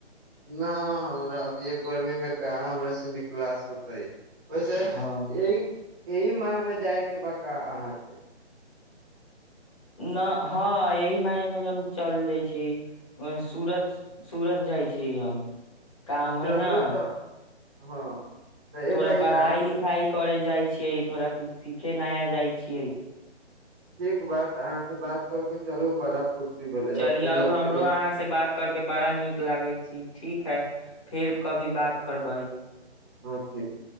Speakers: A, on the right; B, on the left.
A: न हमरा अभी गर्मी मे कहाँ हमर से निकलास होतै ओस ई
B: हँ
A: ई म मे जायके बका अहाँके
B: न हँ एहि मायमे चल जाइ छी सूरज सूरज जाइ छै हम काम
A: चलू
B: है न
A: तऽ हँ तऽ ए
B: थोड़ा
A: भाय
B: पढ़ाइ
A: अहाँ
B: लिखाइ
A: से
B: कर जाइ छै थोड़ा कुछु सीखे न जाइ छियै
A: ठीक बात अहाँ से बात करके चलू बड़ा खुशी भेलै
B: चलिउ
A: अब तनी हम
B: हमरो
A: तनी
B: अहाँ से बात करके बड़ा नीक लागै छी ठीक है फेर कभी बात करबै
A: हँ ठीक